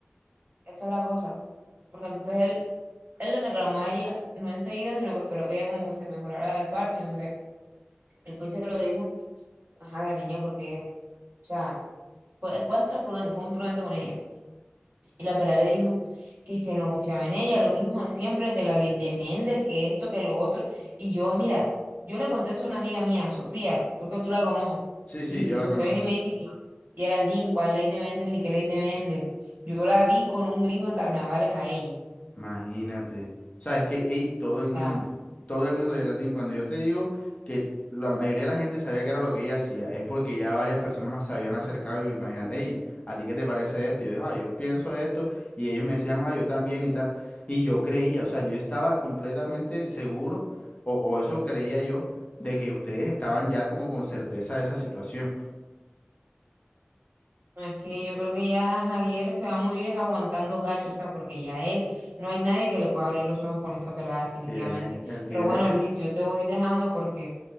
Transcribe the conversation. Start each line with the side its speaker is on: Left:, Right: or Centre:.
Right: Esta es la cosa. Porque entonces él, él le reclamó a ella, no enseguida, sino que esperó que ella como que se mejorara del parto y no sé qué. Él fue y se lo dijo, ajá, la niña, porque, o sea, fue, fue hasta prudente, fue muy prudente con ella. Y la pela le dijo que es que no confiaba en ella, lo mismo de siempre, que la ley de Mendel, que esto, que lo otro. Y yo, mira, yo le conté eso a una amiga mía, Sofía, creo que tú la conoces.
Left: Sí, sí,
Right: Y,
Left: yo
Right: y
Left: la
Right: Sofía
Left: conozco.
Right: viene y me dice que Geraldine, ¿cuál ley de Mendel ni qué ley de Mendel? Yo la vi con un gringo en carnavales a ella.
Left: Imagínate. O sea, es que, ey, todo
Right: O
Left: el
Right: sea,
Left: mundo, todo el mundo, Geraldine, cuando yo te digo que la mayoría de la gente sabía que era lo que ella hacía, es porque ya varias personas más se habían acercado y me habían, hey, ¿a ti qué te parece esto? Y yo digo, ah, yo pienso esto, y ellos me decían, ah, yo también y tal. Y yo creía, o sea, yo estaba completamente seguro, o, o eso creía yo, de que ustedes estaban ya como con certeza de esa situación.
Right: no es que yo creo que ya Javier se va a morir es aguantando cacho, o sea, porque ya él, no hay nadie que le pueda abrir los ojos con esa pelada definitivamente.
Left: Tiene, él tiene
Right: Pero bueno,
Left: que.
Right: Luis, yo te voy dejando porque